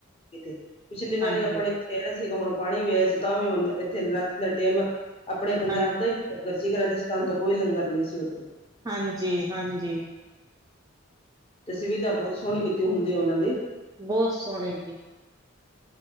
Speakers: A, on the left; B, on the right.
A: ਇਥੇ, ਪਿਛਲੀ ਵਾਰੀ
B: ਹਾਂਜੀ
A: ਆਪਣੇ ਕਿਹੜਾ ਸੀਗਾ ਹੁਣ ਪਾਣੀ ਵੀ ਆਇਆ ਸੀ ਤਾਂ ਵੀ ਹੁਣ ਇੱਥੇ ਦਿਨ ਰਾਤ ਡੇਮਾ ਆਪਣੇ ਪੰਜਾਬ
B: ਹਾਂਜੀ
A: ਦਾ ਹੀ ਫਰਸੀ ਰਾਜਸਥਾਨ ਤੇ ਕੋਈ ਲੰਗਰ ਨਹੀਂ ਸੀ ਉੱਥੇ
B: ਹਾਂਜੀ ਹਾਂਜੀ
A: ਤੁਸੀਂ ਵੀ ਤਾ ਬਹੁਤ ਸੋਹਣੀ ਕੀਤੀ ਹੁੰਦੀ ਉਹਨਾਂ ਦੀ
B: ਬਹੁਤ ਸੋਹਣੇ ਜੀ